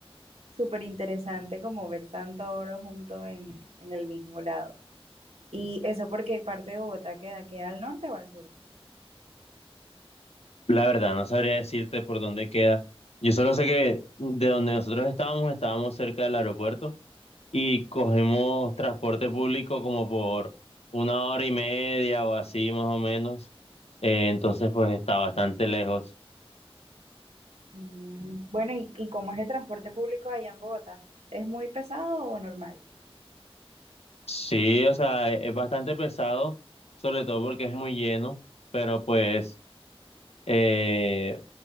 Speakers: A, on the right (about 90°); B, on the left (about 85°).
A: súper interesante como ver tanto oro junto en, en el mismo lado. ¿Y eso porque parte de Bogotá queda? ¿Queda al norte o al sur?
B: La verdad, no sabría decirte por dónde queda. Yo solo sé que de donde nosotros estábamos, estábamos cerca del aeropuerto y cogemos transporte público como por una hora y media o así más o menos. Eh, entonces, pues está bastante lejos.
A: Mm, Bueno, ¿y, y cómo es el transporte público allá en Bogotá? ¿Es muy pesado o normal?
B: Sí, o sea, e-, es bastante pesado, sobre todo porque es muy lleno, pero pues eh,